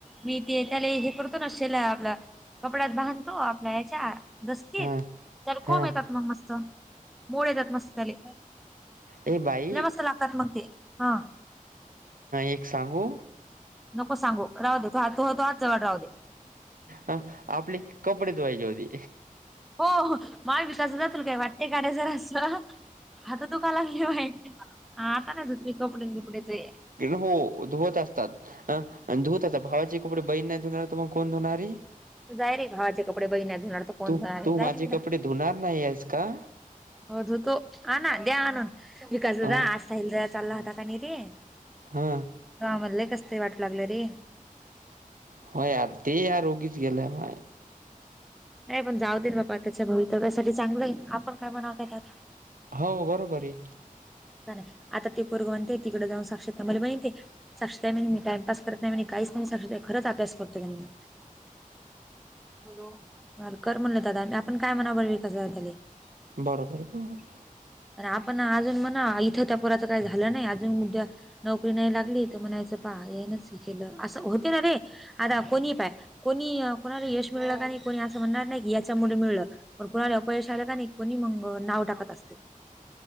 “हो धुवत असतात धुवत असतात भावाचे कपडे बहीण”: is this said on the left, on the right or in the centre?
Right